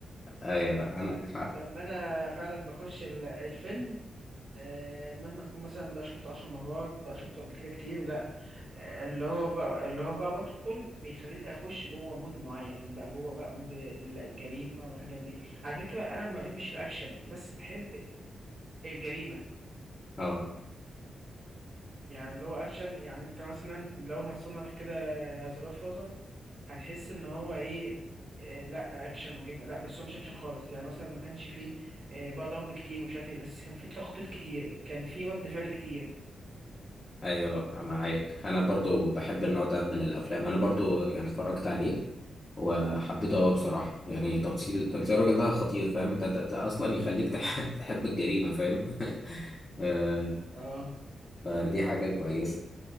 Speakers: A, on the left; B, on the right.
A: ايوه عندك
B: لا
A: حق
B: لما انا فعلا بخش ال- الفيلم آه، مهما نكون مثلا بقى شفته عشر مرات بقى شفته قبل كده كتير لا آه، اللي هو بقى اللي هو بقى بدخل بيخليني اخش جوه مود معين بقى جوه بقى مود ال- الجريمه والحاجات دي على فكره انا ما بحبش الاكشن بس بحب الجريمه
A: اه
B: يعني اللي هو اكشن يعني انت مثلا لو هتصنف كده از جاد فازر هتحس ان هو ايه إيه، لا اكشن وجيم لا بس هو مش اكشن خالص يعني مثلا ما كانش فيه إيه، بقى ضرب كتير ومش عارف ايه بس كان فيه تخطيط كتير كان فيه رد فعل كتير
A: ايوه معاك انا برضو بحب النوع ده من الافلام انا برضو يعني اتفرجت عليه وحبيته قوي بصراحه يعني تمثيل تمثيل الراجل ده خطير فاهم انت أنت- أنت اصلا يخليك تح- <laughs> تحب الجريمه فاهم <laughs> آه،
B: اه
A: فدي حاجه كويسه